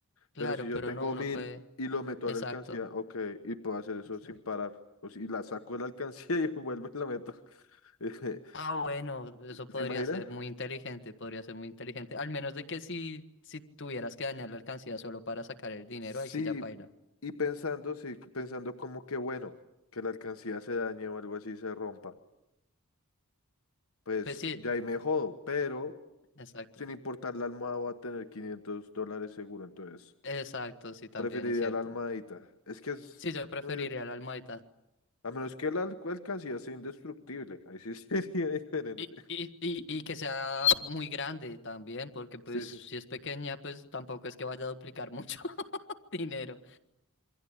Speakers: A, on the left; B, on the left.
A: Claro,
B: Pero si yo
A: pero
B: tengo
A: no, uno
B: mil
A: puede...
B: y lo meto
A: Exacto,
B: a la alcancía, ok, y puedo hacer eso
A: exacto.
B: sin parar. O si la saco de la alcancía <laughs> y vuelvo y la meto. <laughs> Eh,
A: Ah, bueno, eso podría
B: ¿Se imagina?
A: ser muy inteligente, podría ser muy inteligente. Al menos de que si, si tuvieras que dañar la alcancía solo para sacar el dinero,
B: Sí,
A: ahí sí ya paila.
B: y pensando, sí, pensando como que bueno, que la alcancía se dañe o algo así se rompa, pues
A: Pues sí,
B: ya ahí me jodo, pero
A: exacto.
B: sin importar la almohada voy a tener 500 dólares seguro, entonces
A: Exacto, sí, también
B: preferiría
A: es cierto.
B: la almohadita. Es que es
A: Sí, yo preferiría
B: muy...
A: la almohadita.
B: A menos que la al- alcancía sea indestructible, ahí sí <laughs> sería diferente.
A: Y, y, y, y que sea muy grande también, porque pues
B: Sí,
A: si
B: sí. sí.
A: es pequeña, pues tampoco es que vaya a duplicar mucho <laughs> dinero.